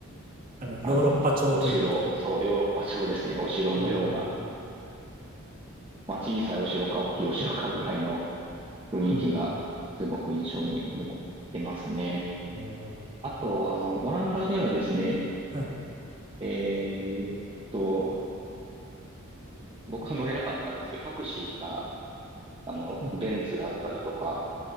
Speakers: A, on the right (about 40°); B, on the right (about 25°).
A: あの、ヨーロッパ調というか。
B: あの、お城、そう、ヨーロッパ城ですね。お城のような、
A: おー
B: まあ、小さいお城か大きいお城かぐらいの雰囲気がすごく印象に残ってますね。
A: うん。おー
B: あと、あの、オランダではですね、
A: はい。
B: えーっと、僕は乗れなかったんですけど、タクシーが、あの、
A: うん。
B: ベンツだったりとか、